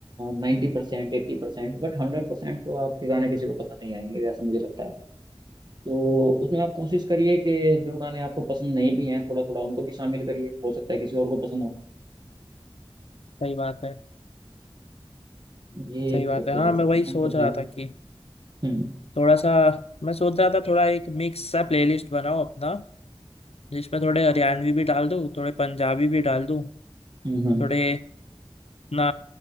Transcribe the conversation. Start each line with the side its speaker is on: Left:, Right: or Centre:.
Right: नाइन्टी परसेंट एट्टी परसेंट बट हंड्रेड परसेंट तो आपके गाने किसी को पसंद नहीं आएंगे वैसा मुझे लगता है तो उसमें आप कोशिश करिए कि जो गाने आपको पसंद नहीं भी हैं थोड़ा थोड़ा उनको भी शामिल करिए हो सकता है किसी और को पसंद हो
Left: सही बात है
Right: ये
Left: सही बात
Right: करके
Left: है हाँ
Right: देख
Left: मैं
Right: सकते
Left: वही
Right: हैं
Left: सोच
Right: आप बदलाव
Left: रहा था कि
Right: हम्म
Left: थोड़ा सा मैं सोच रहा था थोड़ा एक मिक्स सा प्लेलिस्ट बनाओ अपना जिसमें थोड़े हरियाणवी भी डाल दूँ थोड़े पंजाबी भी डाल दूँ
Right: हम्म हम्म,
Left: थोड़े ना